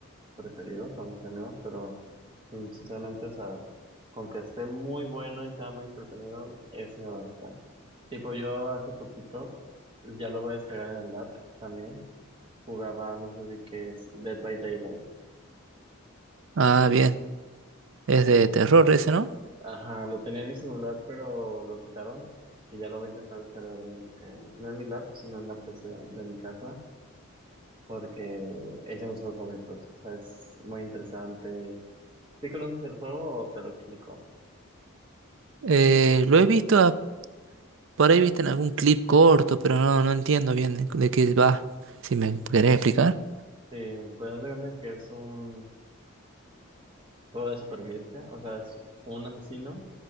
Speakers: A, on the right (about 25°); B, on the right (about 65°).
A: preferido, o sea, un género, pero mm, sinceramente, o sea, con que esté muy bueno y sea muy entretenido, eso me basta. Tipo, yo hace poquito, ya lo voy a descargar en el app también, jugaba, no sé si que es Dead by Daylight.
B: Ah, bien. Es de
A: Lo-
B: terror ese, ¿no?
A: Ajá, lo tenía en mi celular, pero lo quitaron y ya lo voy a intentar descargar en, en- no en mi lap, sino en la PC de mi casa, porque es de mis juegos favoritos. O sea, es muy interesante. ¿Sí conoces el juego o te lo explico?
B: Eh, lo he visto, a- por ahí viste en algún clip corto, pero no, no entiendo bien de, de qué va. Si me querés explicar.
A: Sí, pues haz de cuenta que es un juego de supervivencia, o sea, es un asesino